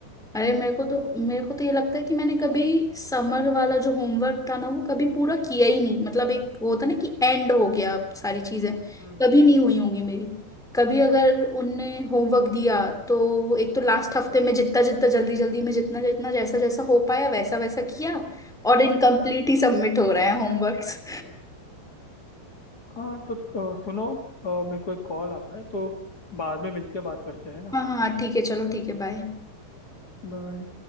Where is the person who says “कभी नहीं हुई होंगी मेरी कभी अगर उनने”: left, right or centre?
Centre